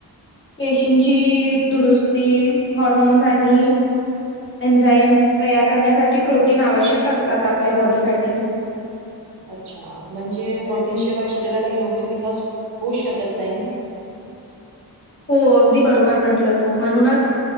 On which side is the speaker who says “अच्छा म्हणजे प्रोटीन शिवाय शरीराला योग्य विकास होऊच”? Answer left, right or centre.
Right